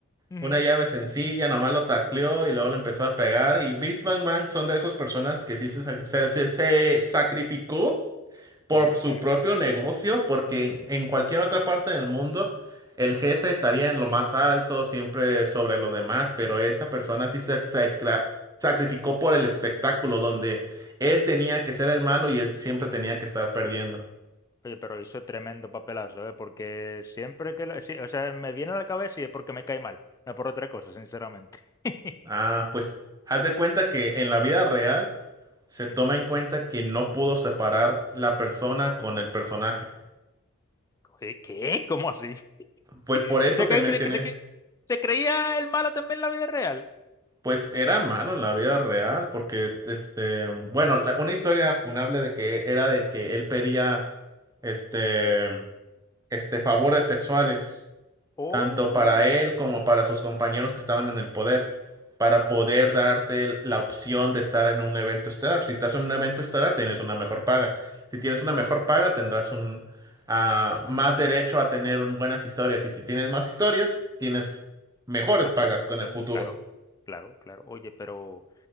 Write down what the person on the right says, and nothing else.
Una llave sencilla, nomás lo tacleó y luego le empezó a pegar. Y Vince McMahon son de esas personas que sí se, sac- se- se- se sacrificó por
su
propio negocio, porque en, en cualquier otra parte del mundo el jefe estaría en lo más alto, siempre sobre lo demás, pero esta persona sí se sacra- sacrificó por el espectáculo, donde él tenía que ser el malo y él siempre tenía que estar perdiendo.
Ah, pues haz de cuenta que en la vida real se toma
en cuenta que no pudo separar la persona con el personaje.
Pues
por eso
te
mencioné.
Pues era malo en la vida real, porque este, bueno, la- una historia funable de que era de que él pedía este, este favores
sexuales.
tanto para él como para sus compañeros que estaban en el poder, para poder darte el- la opción de estar en un evento estelar. Si estás en un evento estelar, tienes una mejor paga. Si tienes una mejor paga, tendrás un ah, más derecho a tener un- buenas historias. Y si tienes más historias, tienes mejores
pagas
con
el futuro.